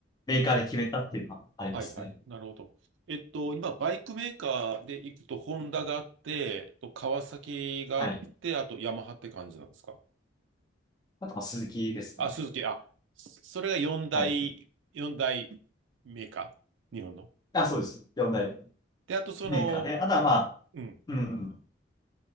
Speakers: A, on the left; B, on the right.
A: メーカーで決めたっていうのはありますね。
B: はいはい。なるほど。えっと、今、バイクメーカーで行くと、ホンダがあって、と川崎があって、
A: はい。
B: あとヤマハって感じなんですか
A: あと、まあ、鈴木ですね。
B: あ、鈴木、あ、それが4大、
A: はい。
B: 4大メーカー、日本の。
A: あ、そうです。よんだ大
B: で、あとその、
A: メーカーで。あとは、まあ、
B: うん、
A: うん、